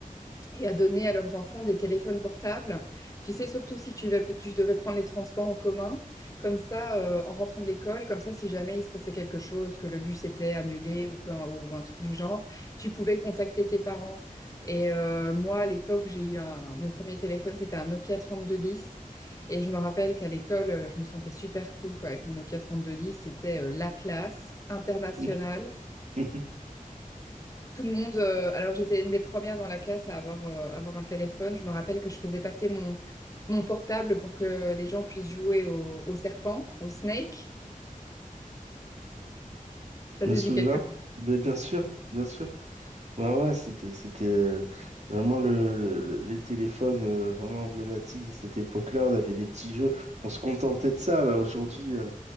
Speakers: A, on the left (about 25°); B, on the right (about 50°).
A: et à donner à leurs enfants des téléphones portables. Tu sais, surtout si tu, vas- tu devais prendre les transports en commun, comme ça, euh, en rentrant de l'école, comme ça, si jamais il se passait quelque chose, que le bus était annulé ou, peu- ou un truc du genre, tu pouvais contacter tes parents. Et euh, moi, à l'époque, j'ai eu un, mon premier téléphone, c'était un Nokia 3210. Et je me rappelle qu'à l'école, euh, je me sentais super cool quoi, avec mon Nokia 3210. C'était euh, la classe internationale.
B: <laughs> Je
A: Tout le monde, euh, alors j'étais une des premières dans la classe à avoir, euh, avoir un téléphone. Je me rappelle que je faisais passer mon, mon portable pour que les gens puissent jouer au, au serpent, au snake. Ça
B: me
A: te
B: souviens.
A: dit quelque chose?
B: Mais bien sûr, bien sûr. Ouais, ouais, c'était, c'était euh, vraiment le, le- les téléphones euh, vraiment emblématiques de cette époque-là. On avait des petits jeux. On se contentait de ça. Bah, aujourd'hui, euh,